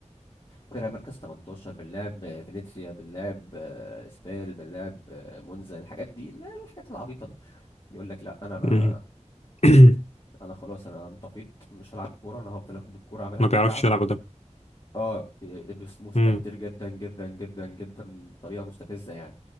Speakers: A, on the left; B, on the left.
A: فرق مركز 18 بنلعب فينيسيا بنلعب آه، اسبال بنلعب آه، مونزا الحاجات دي لا الحاجات العبيطه دي يقول لك لا انا ما
B: مم. <clears throat>
A: انا خلاص انا انطفيت مش هلعب كوره انا هفضل اخد الكوره اعملها
B: ما
A: بالكعب
B: بيعرفش يلعب قدام
A: اه بي- بس مستهتر
B: مم.
A: جدا جدا جدا جدا بطريقه مستفزه يعني